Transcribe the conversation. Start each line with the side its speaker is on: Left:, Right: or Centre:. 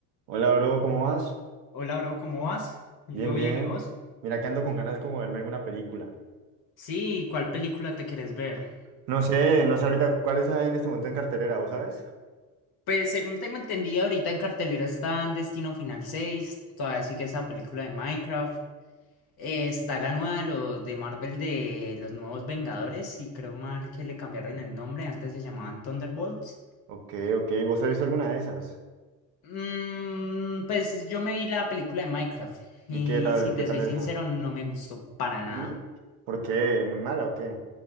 Right: Hola, bro, ¿cómo vas?
Left: Hola, bro, ¿cómo vas? Yo
Right: Bien, bien.
Left: bien, ¿y vos?
Right: Mira que ando con ganas como de verme alguna película.
Left: Sí, ¿cuál película te quieres ver?
Right: No sé, no sé ahorita cuáles hay en este momento en cartelera, ¿vos sabes?
Left: Pues según tengo entendido, ahorita en cartelera está Destino Final 6, todavía sigue esa película de Minecraft. eh, está la nueva de, los, de Marvel de los nuevos Vengadores, y creo mal que le cambiaron el nombre, antes se llamaban Thunderbolts.
Right: Ok, ok, ¿vos has visto alguna de esas?
Left: Mm, pues yo me vi la película de Minecraft,
Right: ¿Y
Left: y
Right: qué tal,
Left: si te
Right: qué tal
Left: soy
Right: esa?
Left: sincero, no me gustó para nada.
Right: ¿Y por qué? ¿Muy mala o qué?